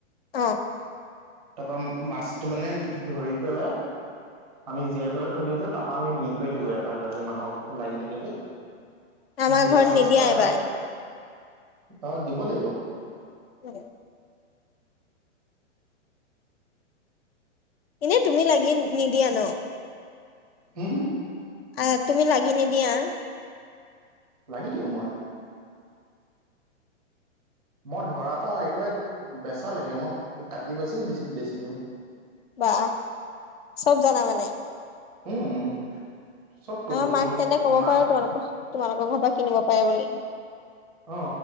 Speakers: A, on the left (about 50°); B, in the centre.
A: অ
B: তাৰপৰা মাছটো মানে ধৰি পেলাই আমি জীয়াই পেলাই থৈ দিওঁ যে তাৰপৰা আমি বিক্ৰী থাকো এটা এটাকৈ মানুহক। লাগি থাকে যে,
A: আমাৰ
B: জীয়া
A: ঘৰত
B: মাছ
A: নিদিয়া
B: পায়
A: এবাৰ
B: আৰু। অ দিব লাগিব।
A: <inaudible> এনে তুমি লাগি নিদিয়া ন?
B: হু হু?
A: আহ তুমি লাগি নিদিয়া?
B: লাগি দিওঁ মই। মই ধৰা পৰা একেবাৰে বেচালৈকে মই কাটি বাচিওে বেছি দিওঁ।
A: বা চব জানা মানে
B: উম চব
A: আমাৰ
B: কৰিব
A: মাক
B: জানো
A: তেন্তে কব
B: মাংস
A: পাৰো তোমালোকৰ তোমালোকৰ ঘৰ পৰা কিনিব পাৰে বুলি
B: অ